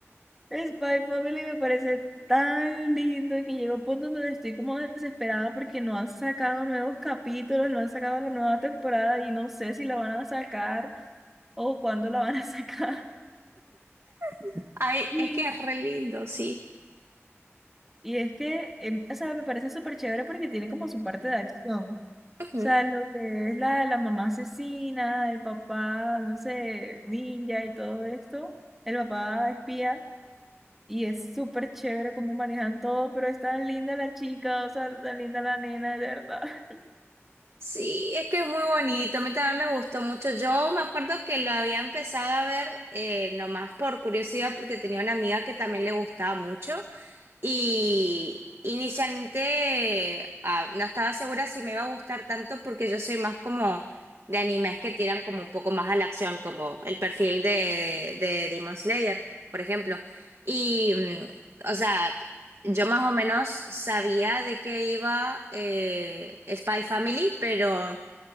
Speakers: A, in the centre; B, on the right.
A: Spy Family me parece tan lindo que llega un punto donde estoy como desesperada porque no han sacado nuevos capítulos, no han sacado la nueva temporada y no sé si la van a sacar o cuándo la van a <laughs> sacar.
B: <laughs> Ay,
A: Y,
B: es que es re lindo, sí.
A: y es que, em, o sea, me parece súper chévere porque tiene como su parte de acción.
B: Ujú.
A: O sea, lo que es la, la mamá asesina, el papá, no sé, ninja y todo esto, el papá espía. Y es súper chévere cómo manejan todo, pero es tan linda la chica, o sea, tan linda la nena, de verdad. <laughs>
B: Sí, es que es muy bonito. A mí también me gustó mucho. Yo me acuerdo que lo había empezado a ver eh, nomás por curiosidad porque tenía una amiga que también le gustaba mucho. Y inicialmente ah, no estaba segura si me iba a gustar tanto porque yo soy más como de animes que tiran como un poco más a la acción, como el perfil de, de Demon Slayer, por ejemplo. Y, mm, o sea, yo más o menos sabía de qué iba eh, Spy Family, pero...